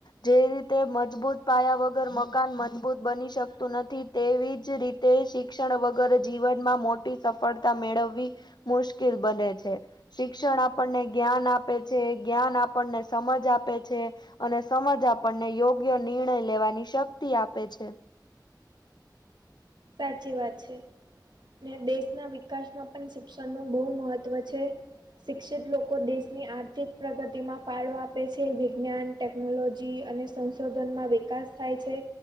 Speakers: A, on the left; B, on the right.
A: જે રીતે મજબૂત પાયા વગર મકાન મજબૂત બની શકતું નથી, તેવી જ રીતે શિક્ષણ વગર જીવનમાં મોટી, સફળતા મેળવવી મુશ્કેલ બને છે. શિક્ષણ આપણને જ્ઞાન આપે છે, જ્ઞાન આપણને સમજ આપે છે, અને સમજ આપણને યોગ્ય નિર્ણય લેવાની શક્તિ આપે છે.
B: સાચી વાત છે. ને દેશના વિકાસમાં પણ શિક્ષણનું બહુ મહત્વ છે. શિક્ષિત લોકો દેશની આર્થિક પ્રગતિમાં ફાળો આપે છે વિજ્ઞાન ટેકનોલોજી અને સંશોધનમાં વિકાસ થાય છે